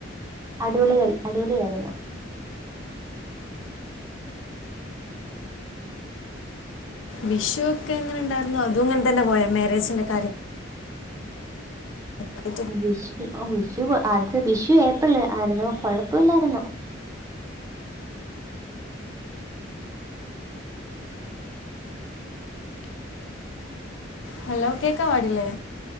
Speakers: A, on the right; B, on the left.
A: അടിപൊളി കൽ അടിപൊളിയായിരുന്നു
B: വിഷു ഒക്കെ എങ്ങനെ ണ്ടായിര്ന്നു അതും ങ്ങനെ തന്നെ പോയ മാരേജിന്റെ കാര്യം ആയിട്ട്
A: വിഷ് ആ വിഷു അത് വിഷു ഏപ്രിൽ ആര്ന്നു കൊഴപ്പ ഇല്ലാര്ന്നു.
B: ഹലോ കേക്കാ പാടില്ലേ